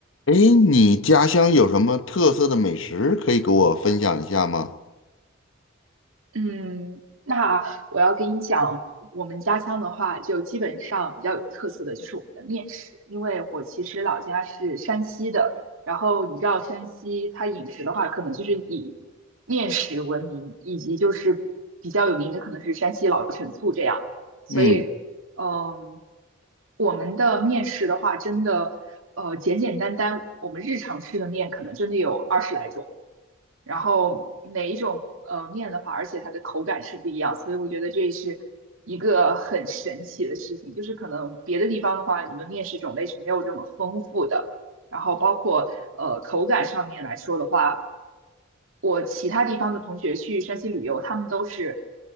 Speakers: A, on the left; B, on the right.
A: 哎，你家乡有什么特色的美食可以给我分享一下吗？
B: 嗯，那我要跟你讲，我们家乡的话，就基本上比较有特色的就是我们的面食，因为我其实老家是山西的，然后你知道山西它饮食的话，可能就是以面食闻名，以及就是比较有名的可能是山西老陈醋这样，所以，
A: 嗯
B: 嗯，我们的面食的话，真的，呃，简简单单，我们日常吃的面可能真的有二十来种。然后哪一种呃面的话，而且它的口感是不一样，所以我觉得这是一个很神奇的事情。就是可能别的地方的话，你们面食种类是没有这么丰富的，然后包括呃口感上面来说的话，我其他地方的同学去山西旅游，他们都是